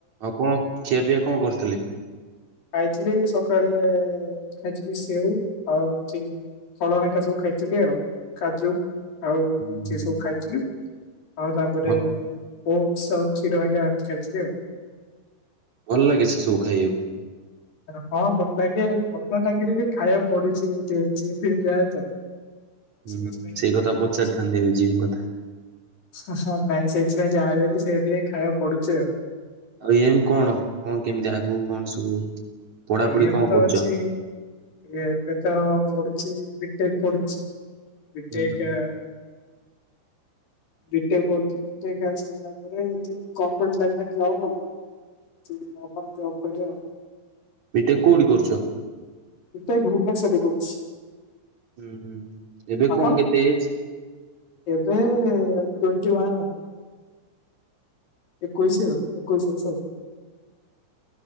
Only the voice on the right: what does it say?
ଆଉ କଣ ଖିଆ ପିଆ କଣ କରୁଥିଲେ?
ହୁଁ
ହୁଁ
ଭ
ଭଲ ଲାଗେ ସେ ସବୁ ଖାଇବାକୁ।
ହୁଁ
ସେଇ କଥା ପଚାରିଥାନ୍ତି
ଏବେ ଜିମ୍ କଥା
ଆଉ ଏମ କଣ କଣ କେମିତି ଆଗକୁ କଣ ସବୁ ପଢାପଢି
କଣ
କରୁଛ?
ହୁଁ
ପିଟେକ୍ କଉଠୀ କରୁଛ?
ହୁଁ ହୁଁ ଏବେ
କଣ କେତେ ଏଜ୍?